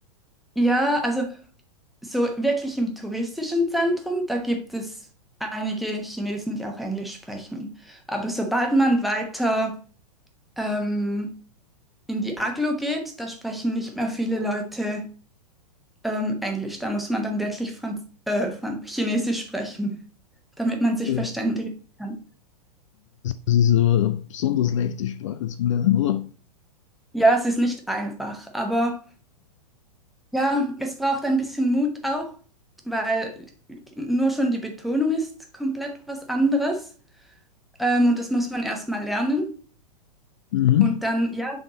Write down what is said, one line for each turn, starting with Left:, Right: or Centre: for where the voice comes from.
Centre: Ja, also so wirklich im touristischen Zentrum, da gibt es einige Chinesen, die auch Englisch sprechen. Aber sobald man weiter ähm, in die Aglo geht, da sprechen nicht mehr viele Leute ähm, Englisch. Da muss man dann wirklich Franz äh, Fran- Chinesisch sprechen, damit man sich
Left: Ja.
Centre: verständigen kann.
Left: Das ist aber eine besonders leichte Sprache zum Lernen, oder?
Centre: Ja, es ist nicht einfach, aber ja, es braucht ein bisschen Mut auch, weil nur schon die Betonung ist komplett was anderes. Ähm, und das muss man erstmal lernen.
Left: Mhm,
Centre: Und dann, ja,